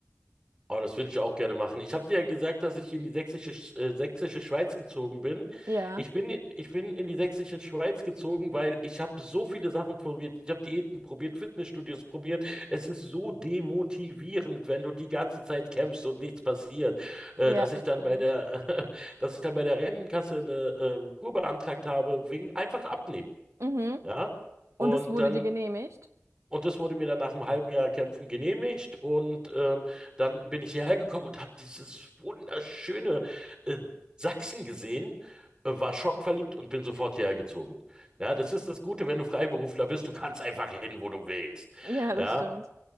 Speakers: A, on the right; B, on the right.
A: Oh, das würde ich auch gerne machen. Ich habe dir ja gesagt, dass ich hier in die sächsische, Sch- äh, sächsische Schweiz gezogen bin.
B: Ja,
A: Ich bin, ich bin in die sächsische Schweiz gezogen, weil ich habe so viele Sachen probiert. Ich habe Diäten probiert, Fitnessstudios probiert. Es ist so demotivierend, wenn du die ganze Zeit kämpfst und nichts passiert, äh,
B: ja,
A: dass
B: das
A: ich dann
B: stimmt.
A: bei der, <laughs> dass ich dann bei der Rentenkasse eine ähm, Kur beantragt habe, wegen einfach abnehmen.
B: Mhm.
A: Ja. Und
B: Und es wurde
A: dann
B: dir genehmigt?
A: und das wurde mir dann nach einem halben Jahr Kämpfen genehmigt. Und ähm, dann bin ich hierher gekommen und habe dieses wunderschöne äh, Sachsen gesehen, äh, war schockverliebt und bin sofort hierher gezogen. Ja, das ist das Gute, wenn du Freiberufler bist, du kannst einfach hin, wo du willst.
B: Ja, das
A: Ja,
B: stimmt.